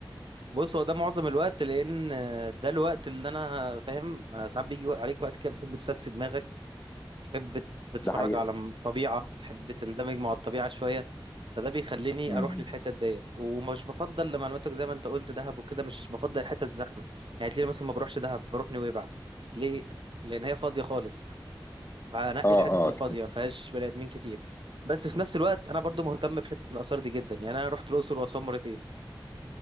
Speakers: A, on the right; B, on the left.
A: بص هو ده معظم الوقت لان آه، ده الوقت اللي انا فاهم آه، ساعات بيجي وق- عليك وقت كده بتحب تفسد دماغك تحب ت- بتتفرج
B: ده حقيقة
A: على م- طبيعة تحب تندمج مع الطبيعة شوية فده بيخليني
B: مم.
A: اروح للحتت ديت ومش بفضل لمعلوماتك زي ما انت قلت دهب وكده مش بفضل الحتت الزحمة يعني تلاقيني مثلا ما بروحش دهب بروح نويبع ليه لان هي فاضية خالص فهنقي
B: اه
A: الحتت الفاضيه
B: اه
A: ما فيهاش بني ادمين كتير بس في نفس الوقت انا برضو مهتم بحته الاثار دي جدا يعني انا رحت الاقصر واسوان مرتين